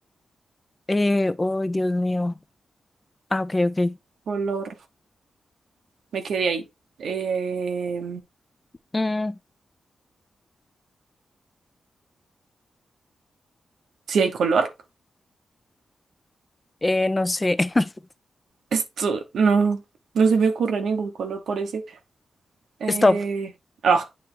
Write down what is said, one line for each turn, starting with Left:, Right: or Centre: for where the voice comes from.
Left: Eh, oh, Dios mío. Ah, ok, ok.
Right: color. Me quedé ahí. Eh,
Left: Mm,
Right: ¿sí hay color?
Left: Eh, no sé. <laughs>
Right: Esto no, no se me ocurre ningún color por ese. Eh,
Left: Stop.
Right: ah,